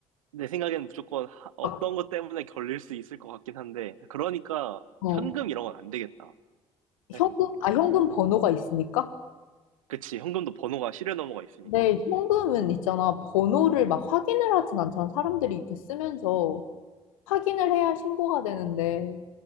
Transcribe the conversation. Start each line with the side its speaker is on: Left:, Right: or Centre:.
Right: 내 생각에는 무조건 하- 어떤
Left: 막,
Right: 것 때문에 걸릴 수 있을 것 같긴 한데. 그러니까
Left: 어.
Right: 현금 이런 건 안 되겠다. 생각해보니까.
Left: 현금, 아, 현금 번호가 있으니까?
Right: 그치. 현금도 번호가 시리얼 넘버가 있으니까.
Left: 근데 현금은 있잖아. 번호를 막 확인을 하진 않잖아. 사람들이 이렇게 쓰면서 확인을 해야 신고가 되는데.